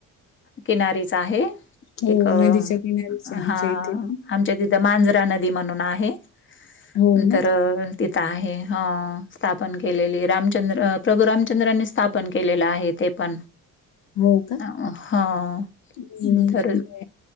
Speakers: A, on the left; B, on the left.
A: किनारीच आहे.
B: हो
A: एक हा,
B: नदीच्या किनारीच आहे आमच्या इथे पण
A: आमच्या तिथं मांजरा नदी म्हणून आहे.
B: हो
A: नंतर
B: ना
A: तिथं आहे, हं. स्थापन केलेली, रामचंद्र प्रभू रामचंद्रांनी स्थापन केलेलं आहे. ते पण,
B: हो का
A: हा
B: नाही नाही
A: धर
B: हे आहे.